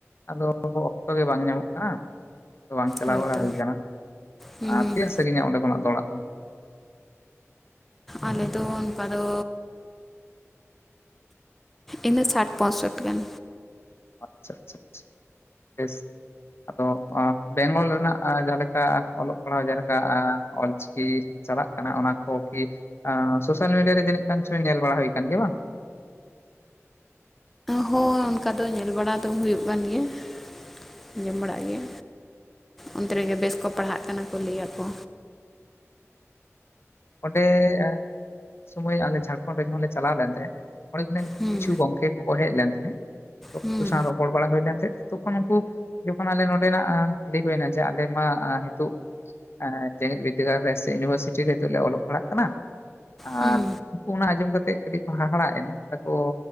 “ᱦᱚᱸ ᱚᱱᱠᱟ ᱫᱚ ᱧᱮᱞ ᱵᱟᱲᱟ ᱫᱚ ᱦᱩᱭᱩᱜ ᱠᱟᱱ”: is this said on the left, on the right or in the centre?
Centre